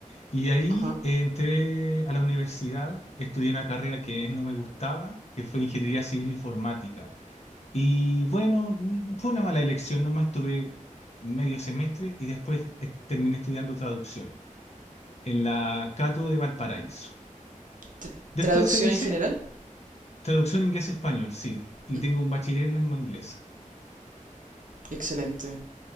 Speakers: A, on the left; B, on the right.
A: Y ahí
B: Ajá.
A: eh, entré a la universidad, estudié una carrera que no me gustaba, que fue Ingeniería Civil Informática. Y bueno, mm, fue una mala elección, nomás estuve medio semestre y después eh, terminé estudiando traducción en la Cato de Valparaíso.
B: T-
A: Después
B: ¿Traducción
A: egresé
B: en general?
A: Traducción inglés-español, sí. Y
B: Ujú,
A: tengo un bachiller en lengua inglesa.
B: Excelente.